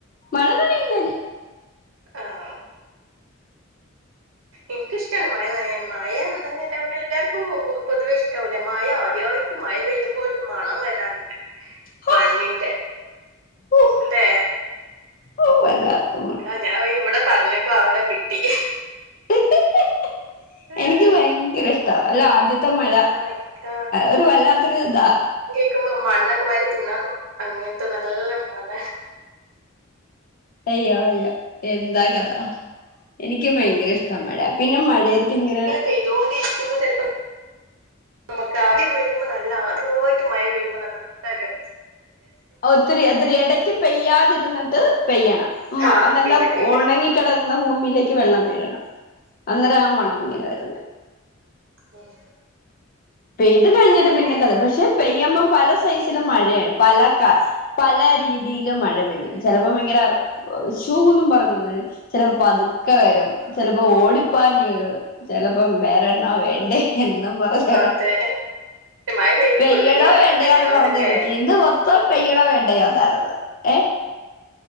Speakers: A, on the left; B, on the right.
A: മഴ നനയും ഞാന്
B: ആഹ്
A: <inaudible>
B: ഇൻക്കിഷ്ടാണ് മാഴ നനയാന് മഴ എല്ലാവർക്കും പൊതുവെ ഇഷ്ടവല്ലേ മഴ ആദ്യായിട്ട് മഴ പെയ്യുമ്പോ ഒരു മണം വരാണ്ട്
A: ഹോ
B: മണ്ണിന്റെ
A: ഹോ
B: അല്ലെ
A: ഹോ വല്ലാത്ത
B: ആഹ് ഞാൻ ഇവിടെ പറഞ്ഞപ്പോ അവിടെ കിട്ടി
A: മണം
B: ആ
A: എനിക്ക് ഭയങ്കര ഇഷ്ട
B: ആ
A: അല്ല ആദ്യത്തെ മഴ
B: ആഹ് ഇക്ക്
A: ഒരു വല്ലാത്തരു ഇതാ
B: മണക്കുമ്പ മണ്ണൊക്കെ വാരി തിന്നാ തോന്നും അങ്ങനത്തെ നല്ല മഴ
A: അയ്യോ അയ്യോ എന്താ കഥ എനിക്കും ഭയങ്കര
B: ഉം
A: ഇഷ്ട മഴ പിന്നെ മഴയത്ത് ങ്ങനെ
B: പെയ്തൊണ്ടിരിക്കുമ്പോ ചലപ്പ നമുക്ക് ആഹ് ആദ്യം വീഴുമ്പോ നല്ല ആദ്യമായിട്ട് മഴ പെയ്യുമ്പോ അപ്പൊ നല്ലൊര്
A: ഒത്തിരി ഒത്തിരി ഇടക്ക് പെയ്യാതിരുന്നിട്ട് പെയ്യണം
B: ആഹ്
A: നല്ല
B: പിന്നെ പെയ്യണം
A: ഉണങ്ങികെടക്കുമ്പോ ഭൂമിയിലേക്ക് വെള്ളം വീഴണം അന്നേര ആഹ് മണം ങ്ങനെ വരണം
B: ഉം
A: പെയ്ത് കഴിഞ്ഞിട്ട്
B: പിന്നെ
A: പിന്നെക്ക അത് പക്ഷെ പെയ്യ് മ്പം പല സൈസിലും മഴയാണ് പല കാ പല രീതി രീതിയിലും മഴ പെയും
B: അതെ
A: ചിലപ്പോ ഭയങ്കര ഷൂന്നും പറഞ്ഞു ചിലപ്പോ പത്ക്കെ പതുക്കെ വരും
B: ഉം
A: ചിലപ്പോ ഓടിപ്പാഞ്ഞു വരും ചിലപ്പോ വേ വേണോ വേണ്ടേ
B: ഉം
A: എന്നും പറഞ്
B: അതെ മഴ പെയ്യുമ്പോ
A: പെയ്യണോ
B: പേടിയാ പറഞ്ഞിട്ടെ
A: വേണ്ടയോന്ന്
B: ഞങ്ങളിവിടൊക്കെ
A: പറഞ് നിക്കും ഇന്ന് മൊത്തം പെയ്യണോ വേണ്ടയോന്നായിരുന്നു ഏഹ്